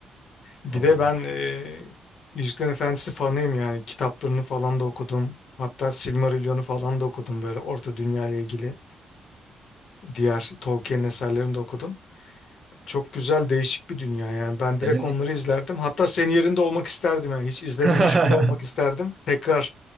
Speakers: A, on the left (about 65°); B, on the right (about 30°).
A: Bir
B: Al
A: de
B: bunu.
A: ben eee Yüzüklerin Efendisi fanıyım yani. Kitaplarını falan da okudum. Hatta Silmarillion'u falan da okudum böyle Orta Dünya ile ilgili. Diğer Tolkien'in eserlerini de okudum. Çok güzel değişik bir dünya yani. Ben direkt
B: Yani
A: onları izlerdim. Hatta senin yerinde olmak isterdim yani. Hiç izlememiş
B: <laughs>
A: biri olmak isterdim. Tekrar